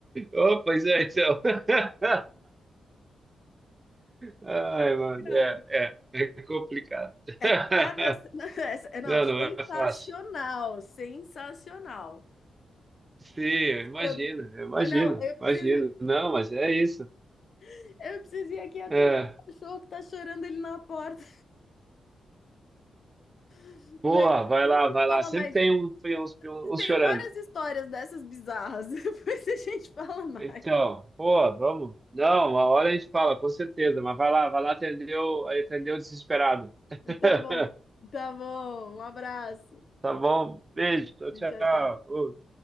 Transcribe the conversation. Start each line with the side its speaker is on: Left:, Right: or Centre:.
Right: Oh, pois é, então. <laughs> Ai, mano,
Left: Cara,
Right: é, é, é complicado. <laughs>
Left: é cada. <laughs> Não, essa- é, não,
Right: Não,
Left: sensacional,
Right: não é fácil.
Left: sensacional.
Right: Sim, eu imagino,
Left: Produ-
Right: eu imagino,
Left: Olha lá, eu
Right: imagino.
Left: preciso,
Right: Não, mas é isso.
Left: <laughs> eu preciso ir aqui atender
Right: É,
Left: o cachorro que tá chorando ele na porta. <laughs>
Right: boa,
Left: Mas depois
Right: vai lá,
Left: a gente
Right: vai
Left: fala
Right: lá. Sempre
Left: mais.
Right: tem um- uns, uns
Left: Eu tenho
Right: chorando.
Left: várias histórias dessas bizarras. <laughs> Depois a gente fala mais.
Right: Então, boa, vamos. Não, uma hora a gente fala, com certeza. Mas vai lá, vai lá atender o, atender o desesperado. <laughs>
Left: Tá bom, tá bom. Um abraço.
Right: Tá bom? Beijo, tchau,
Left: E tchau,
Right: tchau.
Left: tchau.
Right: Ô,